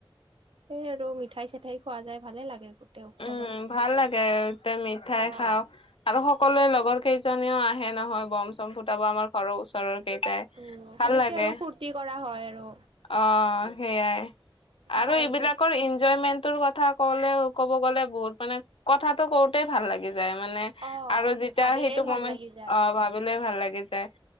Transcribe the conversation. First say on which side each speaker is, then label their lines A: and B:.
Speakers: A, on the right (about 80°); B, on the left (about 85°).
A: সেই আৰু মিঠাই চিঠাই খোৱা যায়, ভালে লাগে। গোটেই উৎসৱত।
B: উম, ভাল লাগে তে মিঠাই
A: অ',
B: খাওঁ। আৰু সকলোৱে লগৰ কেইজনেও আহে নহয় বম চম ফুটাব আমাৰ। ঘৰৰ ওচৰৰ কেইটাই,
A: উম, সেনেকে
B: ভাল লাগে।
A: আৰু ফূৰ্তি কৰা হয় আৰু
B: অ', সেইয়াই, আৰু
A: তাৰপিছত
B: এইবিলাকৰ ইনজয়মেন্টৰ কথা কলেও ক'ব গ'লে বহুত মানে কথাাটো কওঁতেই ভাল লাগি যায় মানে
A: অ',
B: আৰু যেতিয়া
A: ভাবিলেই
B: সেইটো
A: ভাল
B: কমেণ্ট
A: লাগি যায়
B: অ', ভাবিলেই
A: উম,
B: ভাল লাগি যায়।